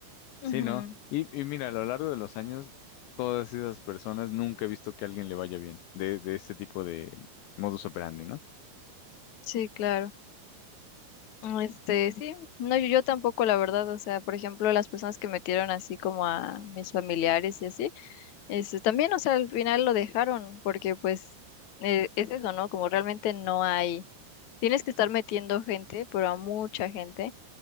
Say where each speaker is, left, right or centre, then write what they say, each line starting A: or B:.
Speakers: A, on the left; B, on the left.
A: ujú.
B: sí, ¿no? Y, y mira, a lo largo de los años, todas esas personas nunca he visto que a alguien le vaya bien de, de ese tipo de modus operandi, ¿no?
A: Sí, claro. Este, sí, no, yo, yo tampoco, la verdad, o sea, por ejemplo, las personas que metieron así como a mis familiares y así, este, también, o sea, al final lo dejaron, porque pues eh, es eso, ¿no? Como realmente no hay, tienes que estar metiendo gente, pero a mucha gente,